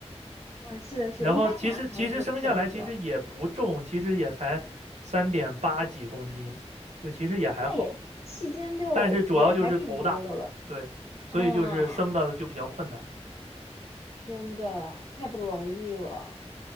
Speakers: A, on the left; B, on the right.
A: 嗯，是的，是的，
B: 然后其实其实生下来其实也不重，
A: 一般男孩子头都比较大，
B: 其实也才三点八几公斤，就其实也还好。
A: 那也七斤六也还挺多的了
B: 但是主要就是头大，对，所以就是生的就比较困难。
A: 啊，真的太不容易了。